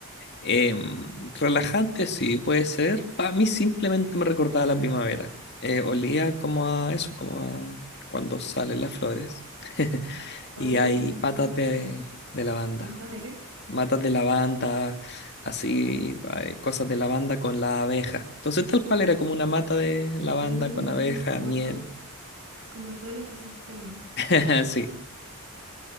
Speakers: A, on the left (about 50°); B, on the right (about 65°).
A: Em, relajante, sí, puede ser. Para mí simplemente me recordaba la primavera. Eh, olía como a eso, como a cuando salen las flores <laughs>
B: oye,
A: y hay
B: entonces,
A: patas de, de lavanda.
B: ¿matas de qué?
A: matas de lavanda, así, eh, cosas de lavanda con la abeja. Entonces, tal cual era como una mata de lavanda
B: Mm,
A: con abeja,
B: como
A: miel.
B: todo, como todo el ecosistema.
A: <laughs> Sí,